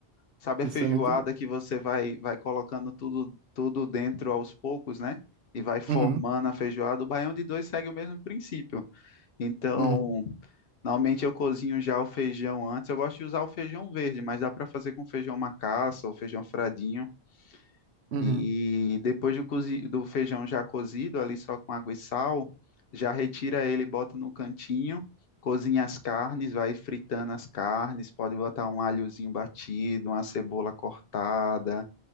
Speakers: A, on the left; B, on the right.
A: Sabe
B: Isso
A: a feijoada
B: é muito bom.
A: que você vai vai colocando tudo tudo dentro aos poucos, né? E vai formando
B: Uhum,
A: a feijoada. O baião de dois segue o mesmo princípio. Então,
B: uhum,
A: normalmente eu cozinho já o feijão antes. Eu gosto de usar o feijão verde, mas dá para fazer com feijão macaça ou feijão fradinho.
B: uhum,
A: E depois do, cozi- do feijão já cozido, ali só com água e sal, já retira ele, bota no cantinho, cozinha as carnes, vai fritando as carnes. Pode botar um alhozinho batido, uma cebola cortada,